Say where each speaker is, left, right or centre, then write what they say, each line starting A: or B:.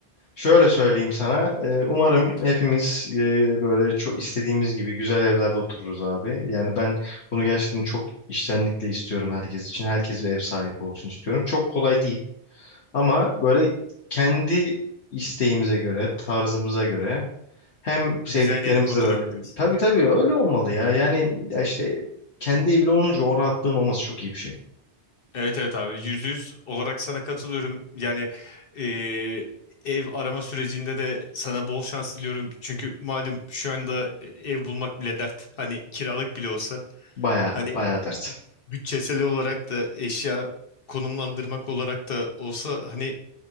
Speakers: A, on the left (about 75°); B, on the left (about 55°).
A: Şöyle söyleyeyim sana. Ee, umarım
B: Hı hı.
A: hepimiz e, böyle çok istediğimiz gibi güzel evlerde otururuz abi. Yani ben bunu gerçekten çok içtenlikle istiyorum herkes için. Herkes bir ev sahibi olsun istiyorum. Çok kolay değil. Ama böyle kendi isteğimize göre, tarzımıza göre hem sevdiklerimizle
B: Dizayn edip oturabiliriz.
A: arada. Tabii tabii öyle olmalı ya. Yani ya işte kendi evin olunca o rahatlığın olması çok iyi bir şey.
B: Evet evet abi yüzde yüz olarak sana katılıyorum. Yani e, ev arama sürecinde de sana bol şans diliyorum. Çünkü malum şu anda e, ev bulmak bile dert. Hani kiralık bile olsa.
A: Baya
B: Hani
A: baya dert.
B: bütçesel olarak da eşya konumlandırmak olarak da olsa hani